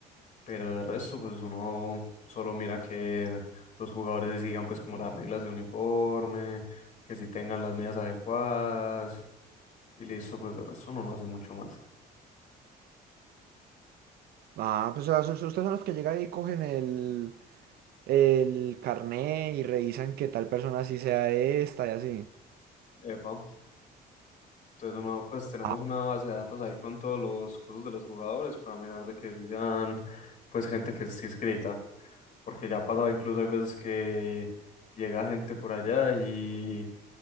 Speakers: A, on the left; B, on the right.
A: Pero de resto, pues uno solo mira que los jugadores sigan pues como las reglas de uniforme, que si tengan las medidas adecuadas y listo, pues de resto uno no hace mucho más.
B: Ah, pues o sea, sus- ustedes son los que llegan y cogen el, el carné y revisan que tal persona sí sea esta y así.
A: Epa. Entonces uno pues tenemos
B: Ah,
A: una base de datos ahí con todos los cosas de los jugadores para mirar de que si sean pues gente que sí escrita, porque ya ha pasado incluso hay veces que llega gente por allá y,